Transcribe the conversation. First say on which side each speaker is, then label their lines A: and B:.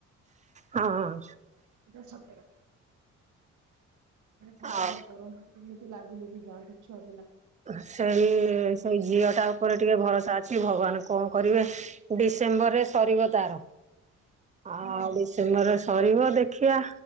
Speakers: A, on the right; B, on the right.
A: ହଁ
B: ସେଟା ସତ କଥା ଠାକୁର
A: ଆଉ
B: କରନ୍ତୁ। ଏମିତି ଲାଗି ଲୁଗି ଯାଆନ୍ତୁ ଛୁଆ ପିଲା।
A: ସେଇ ସେଇ ଝିଅ ଟା ଉପରେ ଟିକେ ଭରସା ଅଛି ଭଗବାନ କଣ କରିବେ। ଡିସେମ୍ବରରେ ସରିବ ତାର। ଆଉ
B: ହଁ
A: ଡିସେମ୍ବର ସରିବ ଦେଖିବା